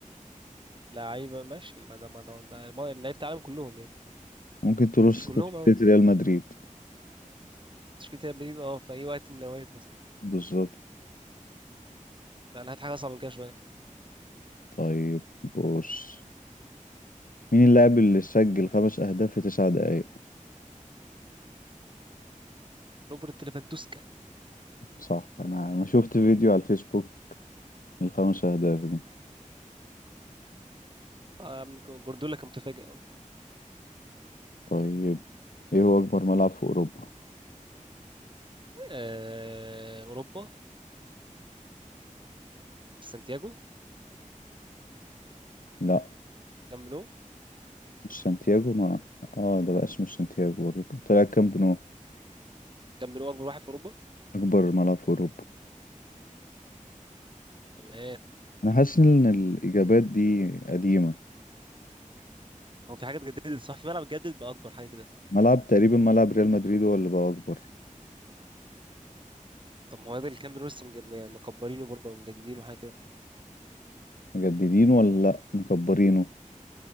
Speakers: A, on the right; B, on the left.
A: لعيبه ماشي ما ده ما ده ما ده- ما- لعيبه العالم كلهم يعني
B: ممكن ترص
A: مش كلهم
B: تشكيلة
A: قوي
B: ريال مدريد
A: تشكيله ريال مدريد اه في اي وقت من الاوقات مثلا
B: بالظبط
A: لا انا هات حاجه اصعب من كده شويه
B: طيب بص مين اللاعب اللي سجل خمس أهداف في تسع دقايق
A: روبرت ليفاندوسكا
B: صح أنا أنا شفت فيديو على الفيسبوك الخمس أهداف دي
A: آه، من جوارديولا كان متفاجئ أوي.
B: طيب إيه هو أكبر ملعب في أوروبا
A: آه، اوروبا سانتياغو
B: لا
A: كامب نو
B: مش سانتياغو ما آه ده بقى اسمه سانتياغو برضه طلع كامب نو
A: كامب نو اكبر واحد في اوروبا
B: أكبر ملعب في أوروبا
A: تمام
B: أنا حاسس إن الإجابات دي قديمة
A: هو في حاجه اتجددت صح في ملعب اتجدد بقى اكبر حاجه كده
B: ملعب تقريبا ملعب ريال مدريد هو اللي بقى أكبر
A: طب ما هو ده الكامب نو لسه مج- مكبرينه برضه مجددينه حاجه كده
B: مجددينه ولا لأ مكبرينه